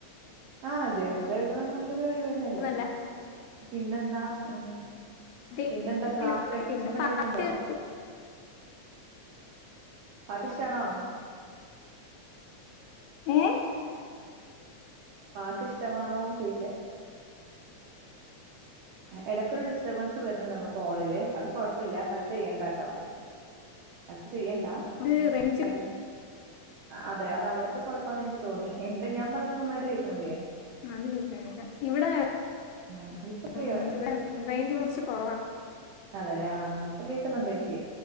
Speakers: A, on the right; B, on the left.
A: ആ ജയണല്ല എഴുതാൻ നല്ല തന്നല്ലേ
B: ഒന്നല്ല
A: പിന്നെന്താ ആ
B: ഡെയിലി
A: ഉ പിന്നെന്താ ക്രാഫ്റ്റ് ഐറ്റംസ്
B: പിന്നെ
A: എന്തെങ്കിലുമൊക്കെ
B: പാട്ട്
A: ഉണ്ടോ
B: കേൾക്കും
A: പാട്ട്ഷ്ടാണോ
B: ഹേയ്
A: പാട്ട് ഇഷ് ഇഷ്ടമാണോന്ന് ചോദിക്കാം ഇടക്കൊരു ഡിസ്റ്റർബൻസ് വരുന്നുണ്ട് നമ്മക്ക് ഹോളില് അത് കൊഴപ്പമില്ല കട്ട് ചെയ്യേണ്ടട്ടോ ക് ചെയ്യണ്ടാ
B: ഇത് റേഞ്ച്
A: എട അതെ അത അവിടുത്തെ കൊഴപ്പാന്ന് എനിക്ക് തോന്നി എന്റെ ഞാൻ പറയുന്ന നന്നായിട്ട് കേൾക്കണില്ലേ
B: അത് കേക്കാ കേക്കാ ഇവിടെ
A: ആഹ് ഇപ്പൊ ക്ലിയർ
B: ഉം, ഇവിടെ റേഞ്ച് കുറച്ച് കുറവാ
A: അതെല്ലെ ആ ഇപ്പൊ കേക്കുന്നുണ്ടെനിക്ക്